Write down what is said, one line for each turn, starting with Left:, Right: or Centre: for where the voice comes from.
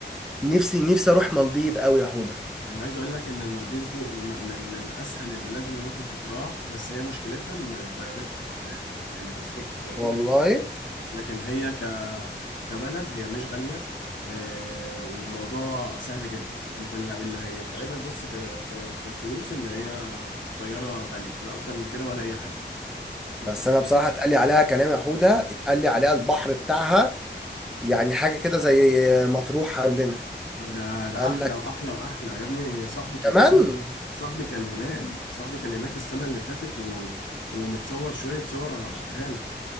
Centre: نفسي نفسي أروح مالديف قوي يا حودة
Left: انا عايز اقول لك ان المالديفز دي م- من من اسهل البلاد اللي ممكن تتراح بس هي مشكلتها ان طيارتها حراقه يعني تذكره الطيران
Centre: والله
Left: هي اللي حراقه لكن هي ك كبلد هي مش غاليه آه، وموضوع سهل جدا انت اللي اللي هيتعبك بس في في في الفلوس ان هي طياره غاليه لا اكتر من كده ولا اي حاجه بس
Centre: بس أنا بصراحة اتقال لي عليها كلام يا حودة اتقال لي عليها البحر بتاعها يعني حاجة كده زي مطروح عندنا
Left: ده ده
Centre: قال
Left: احلى
Centre: لك
Left: واحلى واحلى يا ابني صاحبي كان
Centre: كمان
Left: هناك صاحبي كان هناك صاحبي كان هناك السنة اللي فاتت و... ومتصور شوية صور هبعتها لك